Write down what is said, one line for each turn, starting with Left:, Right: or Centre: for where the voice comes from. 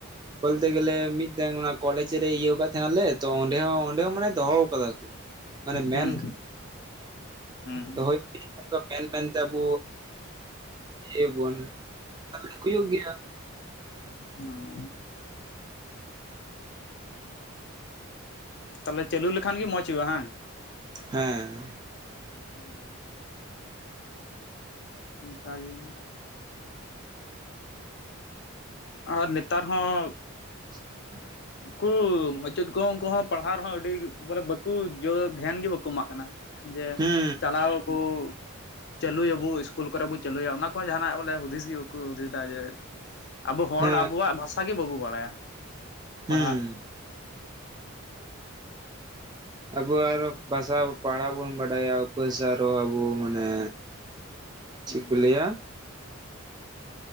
Right: ᱵᱚᱞᱛᱮ ᱜᱮᱞᱮ ᱢᱤᱫᱴᱮᱝ ᱚᱱᱟ ᱠᱚᱞᱮᱡ ᱨᱮ ᱤᱭᱟᱹᱣ ᱠᱟᱫ ᱛᱟᱦᱮᱱᱟᱞᱮ ᱛᱚ ᱚᱸᱰᱮ ᱦᱚᱸ ᱚᱸᱰᱮ ᱦᱚᱸ ᱢᱟᱱᱮ ᱫᱚᱦᱚ ᱠᱟᱫᱟ ᱩ <inaudible> ᱢᱟᱱᱮ ᱢᱮᱱ
Left: ᱦᱩᱸ ᱦᱩᱸ
Right: ᱫᱚᱦᱚᱭ <unintelligible> ᱢᱮᱱ ᱢᱮᱱᱛᱮ ᱟᱵᱩ ᱤᱭᱟᱹᱭᱵᱚᱱ ᱛᱟᱞᱮ ᱦᱩᱭᱩᱜ ᱜᱮᱭᱟ
Left: ᱦᱮᱸ ᱛᱟᱦᱞᱮ ᱪᱟᱹᱞᱩ ᱞᱮᱠᱷᱟᱱ ᱜᱮ ᱢᱚᱸᱡᱽ ᱦᱩᱭᱩᱜᱼᱟ ᱦᱟᱝ?
Right: ᱦᱮᱸ
Left: ᱦᱩᱸ <inaudible> ᱚᱝᱠᱟᱜᱮ ᱟᱨ ᱱᱮᱛᱟᱨ ᱦᱚᱸ
Right: <inaudible>
Left: ᱩᱠᱩ ᱢᱟᱪᱮᱫ ᱠᱚᱦᱚᱸ ᱩᱝᱠᱩ ᱦᱚᱸ ᱯᱟᱲᱦᱟᱣ ᱨᱮᱦᱚᱸ ᱟᱹᱰᱤ ᱵᱚᱞᱮ ᱵᱟᱠᱚ ᱡᱚ ᱫᱷᱮᱭᱟᱱ ᱜᱮ ᱵᱟᱠᱚ ᱮᱢᱟᱜ ᱠᱟᱱᱟ᱾ ᱡᱮ
Right: ᱦᱩᱸ
Left: ᱪᱟᱞᱟᱣ ᱟᱵᱚ ᱪᱟᱹᱞᱩᱭᱟᱵᱚ ᱤᱥ ᱠᱩᱞ ᱠᱚᱨᱮ ᱵᱚ ᱪᱟᱹᱞᱩᱭᱟ ᱚᱱᱟ ᱠᱚ ᱡᱟᱦᱟᱱᱟᱜ ᱵᱚᱞᱮ ᱦᱩᱫᱤᱥ ᱜᱮ ᱵᱟᱠᱚ ᱦᱩᱫᱤᱥ ᱫᱟ ᱡᱮ ᱟᱵᱚ ᱦᱚᱲ
Right: ᱦᱮᱸ
Left: ᱟ ᱵᱩᱣᱟᱜ ᱵᱷᱟᱥᱟ ᱜᱮ ᱵᱟᱵᱚ ᱵᱟᱲᱟᱭᱟ ᱯᱟᱲᱦᱟᱜ᱾
Right: ᱦᱩᱸ ᱟᱵᱚ ᱟᱨᱚ ᱵᱷᱟᱥᱟ ᱯᱟᱲᱦᱟᱣ ᱵᱩᱱ ᱵᱟᱰᱟᱭᱟ ᱩᱯᱟᱹ ᱥᱟᱨᱚ ᱟᱵᱚ ᱢᱟᱱᱮ
Left: ᱦᱩᱸ
Right: ᱪᱮᱜ ᱠᱚ ᱞᱟᱹᱭᱟ